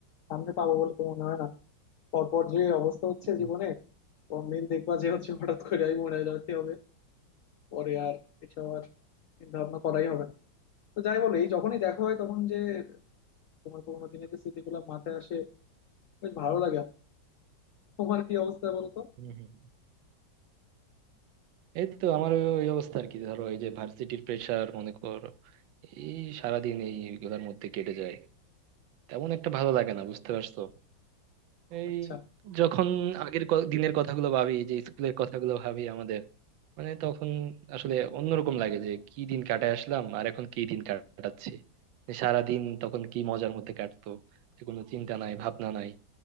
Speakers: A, on the left; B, on the right.
A: সামনে পাবো বলে তো মনে হয় না পরপর যে অবস্থা হচ্ছে
B: হুম,
A: জীবনে কোন দিন দেখবা যে হচ্ছে হঠাৎ করে আমি মরে যেতে হবে পরে আর এসব আর চিন্তা ভাবনা করাই হবে না তো যাই বলো এই যখনই দেখা হয় তখন যে তোমার পুরোনো দিনের যে স্মৃতিগুলো মাথায় আসে বেশ ভালো লাগে আমার। তোমার কি অবস্থা বলো তো
B: হুম, হুম। এই তো আমারও ওই অবস্থা আর কি ধরো এই যে ভার্সিটির প্রেশার মনে করো এই সারাদিন এইগুলোর মধ্যে কেটে যায় তেমন একটা ভালো লাগে না বুঝতে পারছো এই
A: আচ্ছা
B: যখন আগের ক- দিনের কথাগুলো ভাবি যে স্কুলের কথাগুলো ভাবি আমাদের মানে তখন আসলে অন্যরকম লাগে যে কি দিন কাটায় আসলাম আর এখন কি দিন কাটাচ্ছি সারা দিন তখন কি মজার মধ্যে কাটতো যে কোনো চিন্তা নাই ভাবনা নাই